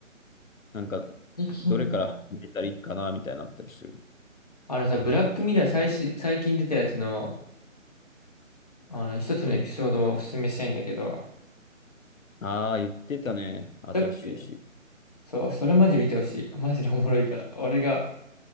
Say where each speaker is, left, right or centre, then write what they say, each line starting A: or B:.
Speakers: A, on the left; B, on the left.
A: なんか、
B: で、君、
A: どれから始めたらいいかなみたいになったりする。
B: あのさ、ブラックミラー最新、最近出たやつの、あの、一つのエピソードをおすすめしたいんだけど、
A: ああ、言ってたね。新しいし。
B: だっけそう、それマジ見てほしい。<laughs> マジでおもろいから。俺が、